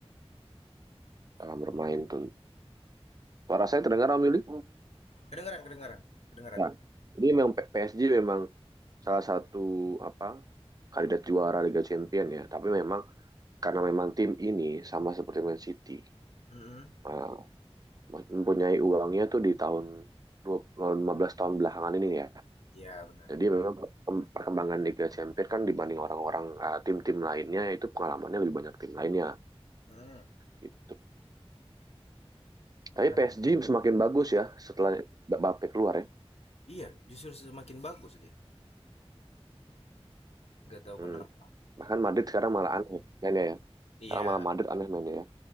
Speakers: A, on the right; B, on the left.
A: dalam bermain tuh. Suara saya terdengar, Om Yuli?
B: Kedengaran, kedengaran, kedengaran.
A: Ya. Jadi memang P- PSG memang salah satu apa kandidat juara Liga Champions ya. Tapi memang karena memang tim ini sama seperti Man City
B: Mm-mm.
A: uh, mempunyai uangnya tuh di tahun 20 15 tahun belakangan ini ya.
B: Iya benar.
A: Jadi memang perkemb- perkembangan Liga Champions kan dibanding orang-orang uh, tim-tim lainnya itu pengalamannya lebih banyak tim lainnya
B: Mm,
A: gitu.
B: benar.
A: Tapi PSG semakin bagus ya setelah Mba- Mbappe keluar ya.
B: Iya, justru semakin bagus dia. Nggak tahu
A: Hmm.
B: kenapa.
A: Bahkan Madrid sekarang malah aneh mainnya ya.
B: Iya,
A: Sekarang malah Madrid aneh mainnya ya.